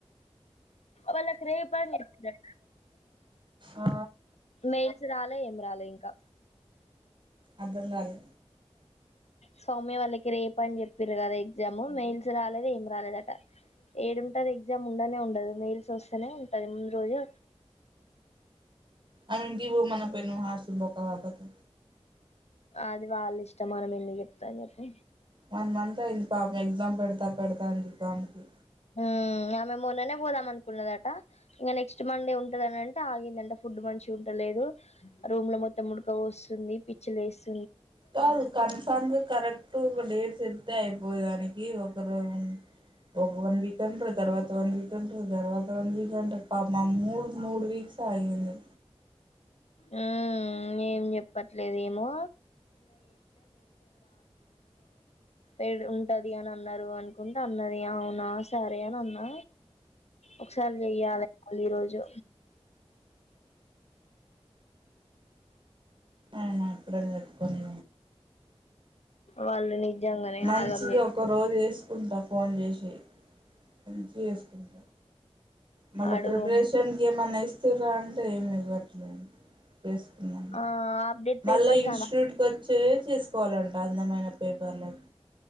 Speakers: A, on the left; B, on the right.
A: వాళ్ళకు రేప్ అని చెపుతాళ్ళ
B: ఆ
A: మెయిల్స్ రాలే ఏం రాలే ఇంకా.
B: అర్థం కాలే
A: సౌమ్య వాళ్ళకి రేపు అని చెప్పిర్రు కదా ఎగ్జామ్ మెయిల్స్ రాలేదు. ఏం రాలేదుట ఏడుంటది ఎగ్జామ్ ఉండనే ఉండదు. మెయిల్స్ వస్తేనే ఉంటది. ముందు రోజు
B: ఆమె ఇంటి పోమ్మనపోయినవు ఆస్ మొకాబత్
A: అది వాళ్ళ ఇష్టం మనం ఎందుకు చెప్తా చెప్పు.
B: వన్ మంత్ అయింది. పాపం ఎగ్జామ్ పెడతా పెడతా అని చూపి ఆమెకి.
A: ఆ ఆమె మొన్ననే పోదాం అనుకున్నదట, ఇగ నెక్స్ట్ మండే ఉంటదనింటే ఆగిందంట ఫుడ్ మంచిగా ఉంటలేదు రూమ్ లో మొత్తం ఉడక పోస్తుంది. పిచ్చిలేసి
B: కాదు కన్ఫామ్గ కరెక్ట్ ఒక డేట్. చెప్తే అయిపోయేదానికి ఒకరు ఒక వన్ వీక్ అంటారు. తర్వాత వన్ వీక్ అంటారు. తర్వాత వన్ వీక్ అంటారు. పాపం మూడు మూడు వీక్స్. అయింది
A: మ్మ్ ఏం చెప్పట్లేదు ఏమో పెడ్ ఉంటది అని అన్నారు అనుకుంటే అన్నది అవునా సరే అని అన్నా ఒకసారి చెయ్యాలి వాళ్ళు ఈ రోజు
B: ఆమె ఎక్కడని పెట్టుకొని
A: వాళ్ళు నిజంగానే
B: మంచిది
A: ఆగం చే
B: ఒక రోజు వేసుకుంటా ఫోన్ చేసి మంచిగా వేసుకుంటా మళ్ళా
A: అడుగు
B: ప్రిపరేషన్కి ఏమన్నా ఇస్తుర్రా అంటే ఏమి ఇవ్వట్లేదు చేసుకున్నాను
A: ఆ అప్డేట్ పేపర్స్
B: మళ్ళీ ఇన్స్టిట్యూట్కి
A: అ
B: వచ్చే చేసుకోవాలంట అందమైన పేపర్లకి